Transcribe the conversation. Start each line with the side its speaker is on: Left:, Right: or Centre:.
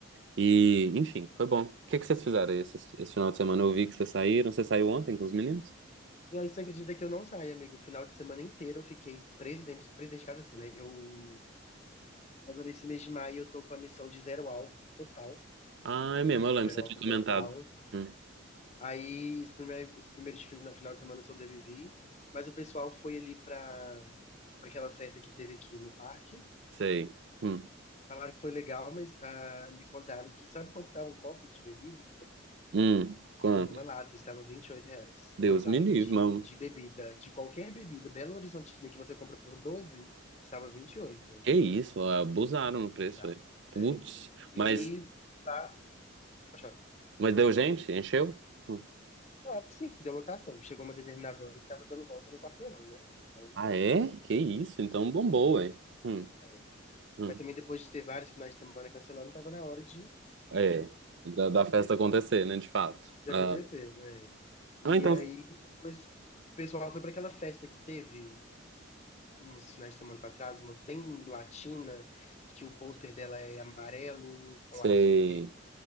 Right: E, enfim, foi bom. O que que vocês fizeram aí esse, esse final de semana? Eu vi que vocês saíram. Você saiu ontem com os meninos?
Left: E aí você acredita que eu não saí, amigo? O final de semana inteiro eu fiquei presidente, presidente de casa assim, né? Eu agora esse mês de maio eu tô com a missão de zero álcool total,
Right: Ah, é mesmo, eu lembro,
Left: zero
Right: você
Left: álcool
Right: tinha comentado.
Left: total.
Right: Hum,
Left: Aí, esse primeiro, esse primeiro fin- final de semana eu sobrevivi, mas o pessoal foi ali pra pra aquela festa que teve aqui no parque.
Right: sei. Hum.
Left: Falaram que foi legal, mas ah, me contaram que, sabe quanto estava um copo de bebida?
Right: Hum, quanto?
Left: Bruno, uma lata, estava 28 reais.
Right: Deus
Left: Uma lata
Right: me livre,
Left: de,
Right: mano.
Left: de bebida, de qualquer bebida, Belo Horizontina, que você compra por 12, estava 28.
Right: Que isso, abusaram no preço
Left: Bizarro.
Right: aí. Putz,
Left: É. E
Right: mas,
Left: aí, lá, pode falar.
Right: mas deu gente? Encheu? Hum.
Left: Claro que sim, deu lotação. Chegou uma determinada hora que estava dando volta no quarteirão, né? Então,
Right: Ah, é? Que isso, então bombou,
Left: era
Right: hein?
Left: isso.
Right: Hum,
Left: É.
Right: hum.
Left: Mas também depois de ter vários finais de semana cancelando, tava na hora de,
Right: É, da, da festa acontecer, né, de fato.
Left: de
Right: Ah,
Left: acontecer, né? E
Right: ah, então,
Left: aí depois o pessoal foi para aquela festa que teve uns finais de semana para trás, uma bem latina, que o pôster dela é amarelo com
Right: sei,
Left: azul e vermelho.